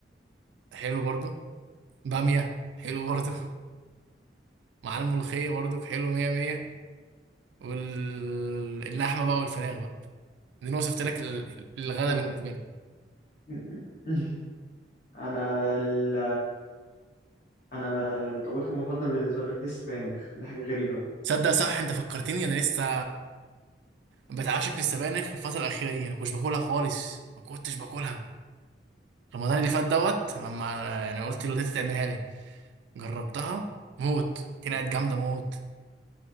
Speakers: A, on the right; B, on the left.
A: حلو برضو باميه حلو برضو <laughs> مع الملوخيه برضو حلو مية مية واللحمه بقى والفراخ بقى دي انا وصفت لك ال- الغدا
B: انا
A: بالنسبه لي
B: <laughs> انا ال... انا الطبيخ المفضل بالنسبه لي السبانخ دي حاجه غريبه بقى
A: صدق صح انت فكرتني انا لسه بتعشق للسبانخ الفتره الاخيره دي انا كنتش باكلها خالص ما كنتش باكلها رمضان اللي فات دوت لما يعني قلت لوالدتي تعملها لي جربتها موت طلعت جامده موت